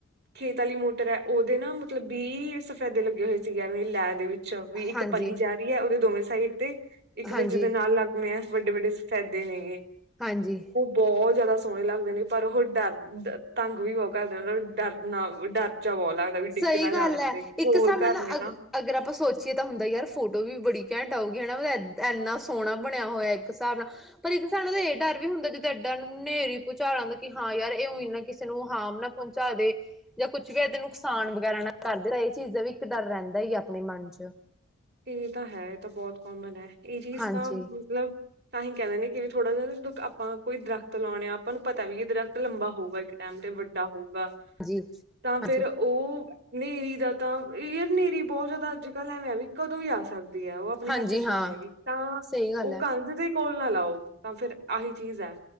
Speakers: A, on the right (about 55°); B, in the centre.
A: ਖੇਤ ਆਲੀ ਮੋਟਰ ਹੈ ਓਦੇ ਨਾ ਮਤਲਬ ਬੀ ਸਫੈਦੇ ਲੱਗੇ ਹੋਏ ਸੀਗੇ ਐਂਵੇ ਲੈ ਦੇ ਵਿੱਚ ਛਾ ਵੀ ਇੱਕ
B: ਹਾਂਜੀ
A: ਪਹੀ ਜਾ ਰਹੀ ਹੈ ਓਦੇ ਦੋਵੇਂ ਸਾਈਡ ਤੇ ਇੱਕ
B: ਹਾਂਜੀ
A: ਦੂਜੇ ਦੇ ਨਾਲ ਲੱਗ ਮਿਆ ਵੱਡੇ-ਵੱਡੇ ਸਫੈਦੇ ਨੇਗੇ
B: ਹਾਂਜੀ
A: ਬੋਹਤ ਜ਼ਾਦਾ ਸੋਣੇ ਲੱਗਦੇ ਨੇ ਪਰ ਓਹੋ ਡਰ ਤੰਗ ਵੀ ਬਹੋ ਕਰਦੇ ਨੇ ਬਈ ਡਰ ਨਾ ਡਰ ਜਾ ਬਹੋ ਲੱਗਦਾ ਏ ਵੀ
B: ਸਹੀ
A: ਡਿੱਗ ਨਾ ਜਾਣ
B: ਗੱਲ
A: ਉਤੇ
B: ਹੈ
A: ਕੋਲ
B: ਇੱਕ ਹਿਸਾਬ ਨਾਲ
A: ਘਰ ਨੇ
B: ਅਗ
A: ਨਾ
B: ਅਗਰ ਆਪਾਂ ਸੋਚੀਏ ਤਾਂ ਹੁੰਦੈ ਯਾਰ ਫੋਟੋ ਵੀ ਬੜੀ ਕੈਂਟ ਆਊਗੀ, ਹੈਨਾ। ਏਦ ਏਨਾ ਸੋਹਣਾ ਬਣਿਆ ਹੋਇਆ ਇੱਕ ਹਿਸਾਬ ਨਾਲ ਪਰ ਇੱਕ ਸਾਨੂੰ ਇਦਾ ਏ ਡਰ ਵੀ ਹੁੰਦਾ ਜਦ ਐਡਾ ਨੂੰ ਨੇਰੀ ਭੁਚਾਲ ਆਂਦਾ ਕਿ ਹਾਂ ਯਾਰ ਏ ਉਂ ਈ ਨਾ ਕਿਸੇ ਨੂੰ ਹਾਰਮ ਨਾ ਪਹੁੰਚ ਚਾ ਦੇ ਯਾਂ ਕੁੱਛ ਵੀ ਐ ਤੇਨੂੰ ਨੁਕਸਾਨ ਵਗੈਰਾ ਨਾ ਕਰਦੇ ਐਈ ਚੀਜ਼ ਦਾ ਵੀ ਇੱਕ ਡਰ ਰੈਂਦਾ ਈ ਆ ਅਪਣੇ ਮਨ 'ਚ
A: ਏ ਤਾਂ ਹੈ ਏ ਤਾਂ ਬੋਤ ਕੋਮਨ ਐ। ਏ ਚੀਜ਼
B: ਹਾਂਜੀ
A: ਤਾਂ ਮਤਲਬ ਤਾਂਹੀ ਕੈਂਦੇ ਨੇ ਕਿ ਵੀ ਥੋੜ੍ਹਾ ਜੇਆ ਨਾ ਜਦੋਂ ਆਪਾਂ ਕੋਈ ਦਰਖਤ ਲੌਣੇ ਆ ਆਪਾਂ ਨੂੰ ਪਤਾ ਵੀ ਐ ਦਰਖਤ ਲੰਬਾ ਹੋਊਗਾ ਇੱਕ ਟਾਈਮ ਤੇ ਈ ਵੱਡਾ ਹੋਊਗਾ
B: ਹਾਂਜੀ
A: ਤਾਂ
B: ਹਾਂਜੀ
A: ਫੇਰ ਓ ਨੇਰੀ ਦਾ ਤਾਂ ਏ ਐ ਨੇਰੀ ਬੋਤ ਜਾਦਾ ਅੱਜ ਕਾੱਲ ਐਵੇਂ ਆ ਵੀ ਕਦੋਂ ਵੀ ਆ ਸਕਦ ਦੇ ਆ ਵਾ ਅਪਣੇ
B: ਹਾਂਜੀ
A: ਹੱਥ 'ਚ
B: ਹਾਂ
A: ਨੀ ਹੈਗੇ ਤਾਂ ਵਾਂ
B: ਸਹੀ ਗੱਲ
A: ਓ
B: ਹੈ
A: ਕੰਧ ਜੇ ਕੋਲ ਨਾ ਲਾਓ ਤਾਂ ਫੇਰ ਆਹੀ ਚੀਜ ਐ।